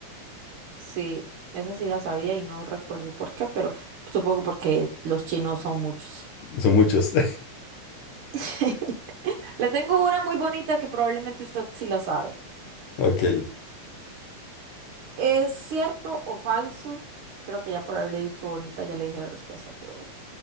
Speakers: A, on the right; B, on the left.
A: Sí, esa sí la sabía y no recuerdo por qué, pero supongo porque los chinos son muchos.
B: son muchos. <laughs>
A: <laughs> Le tengo una muy bonita que probablemente usted sí la sabe.
B: Ok.
A: ¿Es cierto o falso? Creo que ya por haberle dicho bonita ya le dije la respuesta, pero bueno.